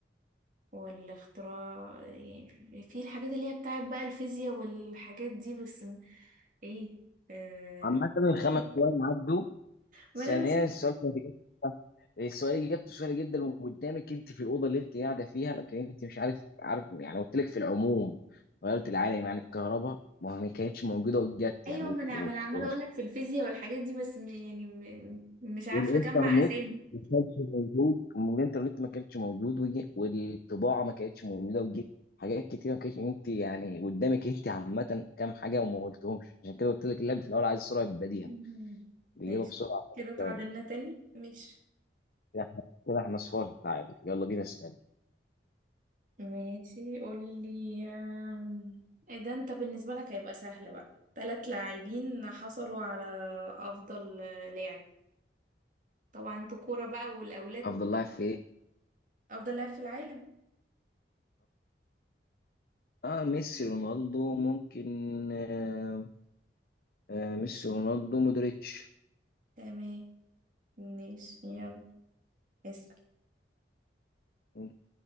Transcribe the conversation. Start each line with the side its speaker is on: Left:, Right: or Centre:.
Right: والاختراع يعني في الحاجات اللي هي بتاعت بقى الفيزياء والحاجات دي بس م- ايه آه...
Left: عامة الخمس
Right: <laughs>
Left: ثواني عدوا
Right: ما انا
Left: ثانيا
Right: مش
Left: السؤال كان إجابته- السؤال اجابته سهله جدا وقدامك انت في الاوضه اللي انت قاعده فيها لكن انت مش عارف عارف يعني قلت لك في العموم غيرت العالم يعني الكهرباء ما ما كانتش موجوده وجت
Right: ايوه
Left: يعني وال-
Right: ما انا ما أنا عماله
Left: والخ-
Right: اقول لك في الفيزياء والحاجات دي بس م... يعني م... مش عارفه
Left: والانترنت
Right: اجمع اسامي
Left: ما كانش موجود والانترنت ما كانش موجود وجي والطباعه ما كانتش موجوده وجت حاجات كتير ما كانتش انت يعني قدامك انت عامه كام حاجه وما قلتهمش عشان كده قلت لك اللعب في الاول عايز سرعه بديهه
Right: مم.
Left: الاجابه
Right: ماشي
Left: بسرعه خمس
Right: كده تعادلنا
Left: ثواني
Right: تاني ماشي
Left: كده احنا كده احنا صفار تعادل يلا بينا اسأل
Right: ماشي قولي آم، إيه ده انت بالنسبة لك هيبقى سهل بقى تلات لاعبين حصلوا على أفضل آه، لاعب طبعا انتوا كورة بقى والأولاد
Left: افضل
Right: وبتبقوا
Left: لاعب في ايه
Right: أفضل لاعب في العالم
Left: اه ميسي رونالدو ممكن آه آه ميسي رونالدو مودريتش
Right: تمام ماشي يلا اسأل
Left: ممكن.